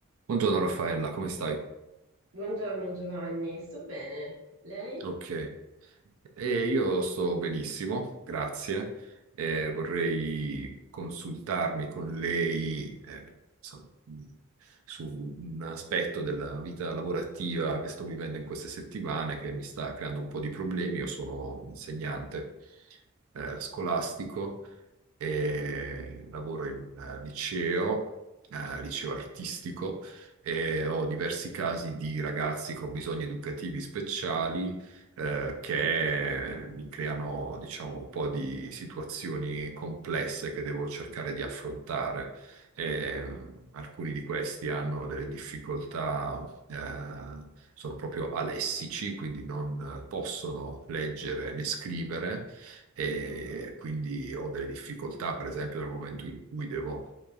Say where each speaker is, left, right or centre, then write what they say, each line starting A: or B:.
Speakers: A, on the right; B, on the right.
A: Buongiorno Raffaella, come stai?
B: Buongiorno Giovanni, sto bene. Lei?
A: Ok, Eh, io sto benissimo, grazie. Eh, vorrei consultarmi con lei eh, insomma, mh, su un aspetto della vita lavorativa che sto vivendo in queste settimane che mi sta creando un po' di problemi. Io sono un insegnante eh, scolastico e lavoro in un eh, liceo, eh, liceo artistico, e ho diversi casi di ragazzi con bisogni educativi speciali eh, che mi creano, diciamo, un po' di situazioni complesse che devo cercare di affrontare. Ehm, alcuni di questi hanno delle difficoltà, eh, sono proprio alessici, quindi non eh, possono leggere né scrivere e
B: Mhm,
A: quindi ho delle difficoltà, per esempio, nel momento in cui devo